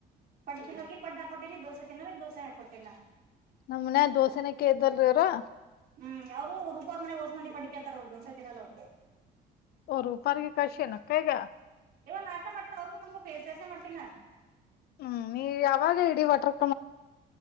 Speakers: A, on the right (about 60°); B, on the left (about 65°).
A: ಪಡ್ಡು ತಿನ್ನೋರಿಗೆ ಪಡ್ಡು ಹಾಕೋತಿನಿ ದೋಸೆ ತಿನ್ನೋ್ರ ಈ ದೋಸೆ ಹಾಕೊಡ್ತಿನಾ
B: ನಮ್ ಮನ ದೋಸೆನೆ ಕೇಳ್ತಾರ್ ಇವ್ರು
A: ಹ್ಮ್ ಅವ್ರು ರುಪರ್ ಮನೆಗ್ ಹೊಸ ಮಂದಿ ಪಡ್ಿಕೇಳ್ತಾರ ಅವಳು ದೋಸೆ ತಿನ್ನಲ್ಲ
B: ರೂಪಾರಿಗೆ ಕಷ ನಕ್ಕಾಯಗ
A: ಇವ ನಾಷ್ಟ ಮಾಡ್ತ ಅವ್ರಗುಮಗುಫೇಸ್ ಸೇರ್ಸ ಮಾಡ್ತೀನ
B: ಹ್ಮ್ ನೀ ಯಾವಾಗ ಇಡಿ ವಟರ್